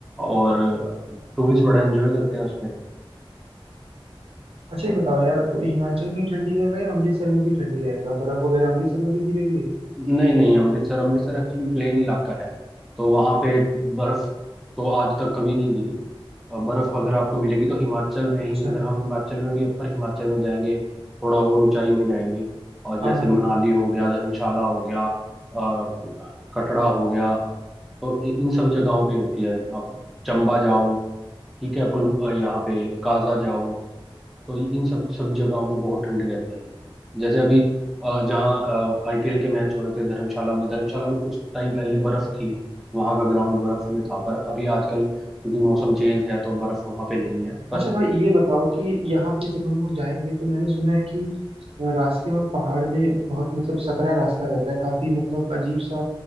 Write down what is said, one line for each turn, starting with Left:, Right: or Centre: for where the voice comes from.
Centre: और टूरिस्ट बड़ा एंजॉय करते हैं उसपे
Right: अच्छा ये बताओ यार तो हिमाचल में ही ठंडी रहेगा या अमृतसर में भी ठंडी रहेगा बर्फ वगैरह अमृतसर में भी गिरेगी
Centre: नहीं नहीं अमृतसर अमृतसर एक्चुअली प्लेन इलाका है तो वहां पे बर्फ तो आज तक कभी नहीं गिरी अ, बर्फ अगर आपको मिलेगी तो हिमाचल में ही
Right: अच्छा
Centre: अगर हम हिमाचल में भी अपर हिमाचल में जाएंगे थोड़ा और ऊंचाई में जाएंगे और
Right: हाँ
Centre: जैसे
Right: हाँ
Centre: मनाली हो गया धर्मशाला हो गया अ, कटरा हो गया तो इ- इन सब जगहों पे होती है आप चंबा जाओ ठीक है पुल अ, यहाँ पे काजा जाओ तो इन सब सब जगहों में बहुत ठंडी रहती है जैसे अभी अ, जहाँ आईपीएल के मैच हो रहे थे धर्मशाला में धर्मशाला में कुछ टाइम पहले बर्फ थी वहां का ग्राउंड बर्फ में था पर अभी आजकल क्योंकि मौसम चेंज है तो बर्फ वहां पे नहीं है पर
Right: अच्छा भाई ये बताओ कि यहाँ पे जब हम लोग जाएंगे तो मैंने सुना है कि अ, रास्ते और पहाड़ में बहुत मतलब सकरा रास्ता रहता है काफी मतलब अजीब सा